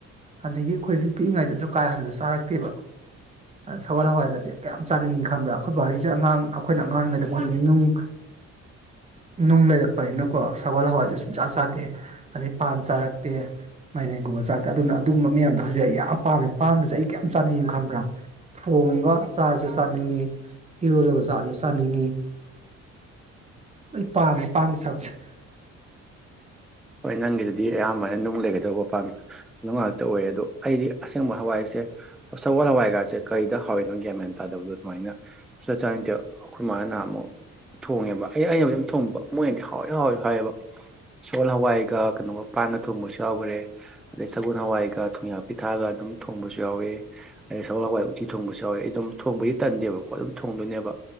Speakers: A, on the right (about 20°); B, in the centre.
A: ꯑꯟꯗꯒꯤ ꯑꯩꯈꯣꯏ ꯄꯤꯛꯏꯉꯩꯗꯁꯨ ꯀꯥ ꯍꯦꯟꯅꯁꯨ ꯆꯥꯔꯛꯇꯦꯕ ꯁꯒꯣꯜ ꯍꯋꯥꯏꯒꯁꯦ ꯀꯌꯥꯝ ꯆꯥꯅꯤꯡꯏꯤ ꯈꯟꯕ꯭ꯔꯥ ꯑꯩꯈꯣꯏ ꯕꯥꯍꯩꯁꯦ ꯑꯉꯥꯡ ꯑꯩꯈꯣꯏꯅ ꯑꯉꯥꯡꯔꯤꯉꯩꯗ ꯃꯣꯏꯗ ꯅꯨꯡ ꯅꯨꯡ ꯂꯩꯔꯛꯄꯅꯤꯅꯀꯣ ꯁꯒꯣꯜ ꯍꯋꯥꯏꯁꯦ ꯁꯨꯡ ꯆꯥ ꯆꯥꯗꯦ ꯑꯗꯩ ꯄꯥꯟ ꯆꯥꯔꯛꯇꯦ ꯃꯥꯏꯔꯦꯟꯒꯨꯝꯕ ꯆꯥꯇꯦ ꯑꯗꯨꯅ ꯑꯗꯨꯒꯨꯝꯕ ꯃꯌꯥꯝꯗꯣ ꯍꯧꯖꯤꯛ ꯑꯩ ꯌꯥꯝ ꯄꯥꯝꯃꯦ ꯄꯥꯟꯒꯁꯦ ꯑꯩ ꯀꯌꯥꯝ ꯆꯥꯅꯤꯡꯏꯤ ꯈꯟꯕ꯭ꯔꯥ ꯊꯣꯡꯒ ꯆꯥꯔꯁꯨ ꯆꯥꯅꯤꯡꯉꯤ ꯏꯔꯣꯜꯂꯒ ꯆꯥꯔꯁꯨ ꯆꯥꯅꯤꯡꯉꯤ ꯑꯩ ꯄꯥꯝꯃꯦ ꯄꯥꯝꯃꯤ ꯁꯔꯨꯛꯁꯦ <inaudible>
B: ꯍꯣꯏ ꯅꯪꯒꯤꯗꯨꯗꯤ ꯑꯌꯥꯝꯕꯅ ꯅꯨꯡ ꯂꯩꯒꯗꯧꯕ ꯄꯥꯝꯅꯨꯡꯇ ꯇ ꯑꯣꯏꯔꯦ ꯑꯗꯣ ꯑꯩꯗꯤ ꯑꯁꯦꯡꯕ ꯍꯋꯥꯏꯁꯦ ꯁꯒꯣꯜ ꯍꯋꯥꯏꯒꯥꯁꯦ ꯀꯔꯤꯗ ꯍꯥꯎꯏꯅꯣꯒꯦ ꯃꯥꯏꯅ ꯇꯥꯗꯕꯗꯨꯗ ꯑꯗꯨꯃꯥꯏꯅ ꯁꯨꯛꯆꯥ ꯆꯥꯅꯤꯪꯗꯦ ꯑꯩꯈꯣꯏ ꯃꯥꯥ ꯅꯍ ꯑꯃꯨꯛ ꯊꯣꯡꯉꯦꯕ ꯑꯩ ꯑꯩꯅꯝ ꯊꯣꯡꯕ ꯃꯣꯏꯅꯗꯤ ꯍꯥꯎꯋꯨ ꯍꯥꯎꯋꯨ ꯍꯥꯏꯌꯦꯕ ꯁꯣꯜ ꯍ ꯍꯋꯥꯏꯒ ꯀꯩꯅꯣꯒ ꯄꯥꯡꯒ ꯊꯣꯡꯕꯁꯨ ꯌꯥꯎꯈꯔꯦ ꯑꯗꯩ ꯁꯒꯣꯜ ꯍꯋꯥꯏꯒ ꯊꯣꯡꯌꯥ ꯄꯤꯊꯛꯑꯒ ꯑꯗꯨꯝ ꯊꯣꯡꯕꯁꯨ ꯌꯥꯎꯋꯦ ꯑꯩ ꯁꯒꯣꯜ ꯍꯋꯥꯏ ꯎꯇꯤ ꯊꯣꯡꯕꯁꯨ ꯌꯥꯎꯋꯦ ꯑꯩ ꯑꯗꯨꯝ ꯊꯣꯡꯕꯗꯤ ꯇꯟꯗꯦꯕꯀꯣ ꯑꯗꯨꯝ ꯊꯣꯡꯗꯣꯏꯅꯦꯕ